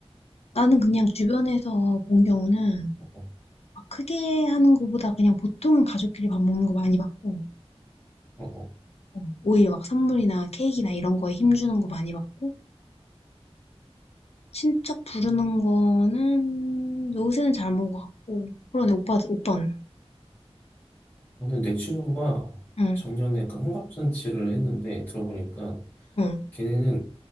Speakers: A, on the left; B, on the left.
A: 나는 그냥 주변에서 본 경우는
B: 어,
A: 막 크게 하는 거보다 그냥 보통은 가족끼리 밥 먹는 거 많이 받고,
B: 어, 어.
A: 어, 오히려 막 선물이나 케이크나 이런 거에 힘주는 거 많이 받고, 친척 부르는 거는 요새는 잘 안 본 것 같고, 그러네, 오빠, 오빠는.
B: 저는 내 친구가
A: 응.
B: 작년에 그 환갑잔치를 했는데 들어보니까
A: 응.
B: 걔네는